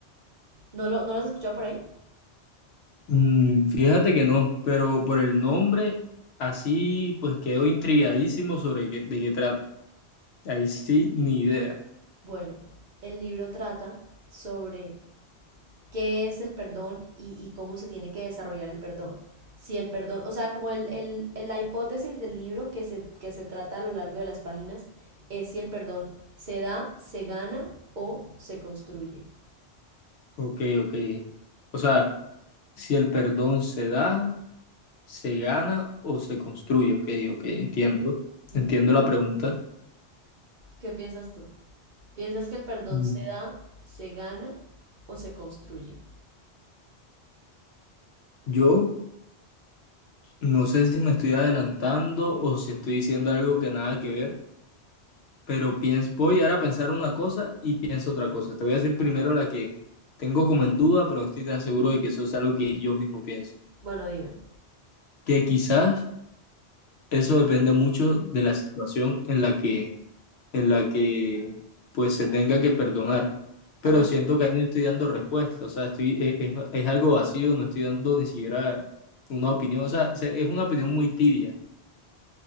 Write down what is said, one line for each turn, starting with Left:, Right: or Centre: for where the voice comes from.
Right: ¿No lo, no lo has escuchado por ahí?
Left: Mm, fíjate que no, pero por el nombre, así pues quedo intrigadísimo sobre qué- de qué trata. Ahí sí, ni idea.
Right: Bueno, el libro trata sobre qué es el perdón y, y cómo se tiene que desarrollar el perdón. Si el perdón, o sea, como el, el- el- la hipótesis del libro que se, que se trata a lo largo de las páginas es si el perdón se da, se gana o se construye.
Left: Ok, ok. O sea, si el perdón se da. ¿Se gana o se construye? Ok, ok, entiendo.
Right: Mm,
Left: Entiendo la pregunta.
Right: ¿Qué piensas tú? ¿Piensas que el perdón
Left: Mm.
Right: se da, se gana o se construye?
Left: Yo no sé si me estoy adelantando o si estoy diciendo algo que nada que ver, pero pienso, voy ahora a pensar una cosa y pienso otra cosa. Te voy a decir primero la que tengo como en duda, pero no estoy tan seguro de que eso es algo que yo mismo pienso.
Right: Bueno, dime.
Left: Que quizás eso depende mucho de la situación en la que en la que pues se tenga que perdonar. Pero
Right: Ajá,
Left: siento que ahí no estoy dando respuesta, o sea, estoy, e- es, es algo vacío, no estoy dando ni siquiera una opinión, o sea, se- es una opinión muy tibia.